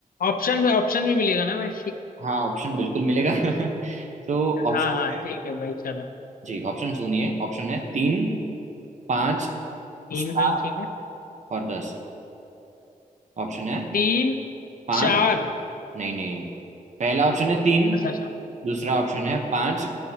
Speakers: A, on the left; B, on the right.
A: ऑप्शन में ऑप्शन भी मिलेगा ना भाई
B: हाँ, ऑप्शन बिल्कुल मिलेगा <laughs> तो
A: हाँ
B: ऑप्शन
A: हाँ ठीक है भाई चलो
B: जी ऑप्शन सुनिए ऑप्शन है तीन पाँच
A: तीन
B: सात
A: भाई ठीक है
B: और दस ऑप्शन है
A: तीन
B: पांच
A: चार
B: नहीं नहीं पहला ऑप्शन है तीन
A: अच्छा अच्छा
B: दूसरा ऑप्शन है पांच